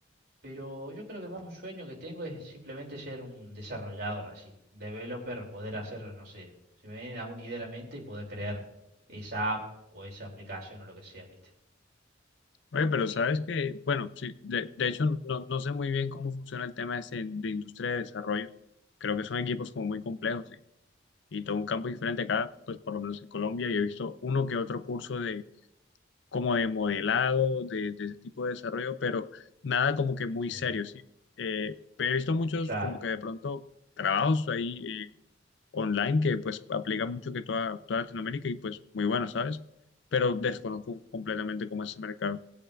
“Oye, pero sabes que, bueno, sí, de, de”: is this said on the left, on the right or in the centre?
Left